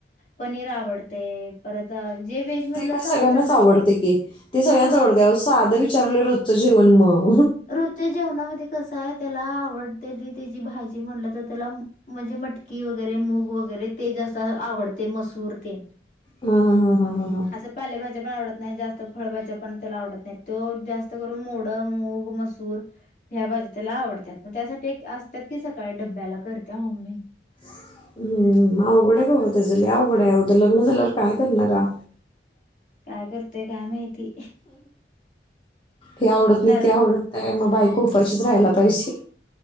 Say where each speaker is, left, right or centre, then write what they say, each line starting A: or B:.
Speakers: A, on the left; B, on the left.
A: पनीर आवडते जे व्हेज मधलं
B: ते काय
A: चांगलं
B: सगळ्यांनाच
A: चांगलं
B: आवडते की ते सगळ्यांच
A: हा
B: आवडते साधं विचारलेलं रोजचं जेवण मग
A: रोते जेव ना त्याला आवड त्या भाजी म्ह तर त्या म्हणे मट वरे वगैरे ते जस आवडते मसूरते
B: हा हा हा हा हा हा
A: असं पालेभाज्या पण आवडत नाही जास्त फळबाच्या पण त्याला आवडत नाही तो जास्त करून मोडं मूग मसूर ह्या भाज्या त्याला आवडतात मग त्यासाठी असतात की सकाळी डब्याला करत्या मम्मी
B: ह हम् अवघड आहे बाबा त्याच ल अवघड आहे उदर लग्न झाल्यावर काय करणारा
A: काय करतेय काय माहिती
B: ही आवडत नाही
A: कारण
B: ती आवडत नाही मग बायक उपशीच राहायला पाहिजे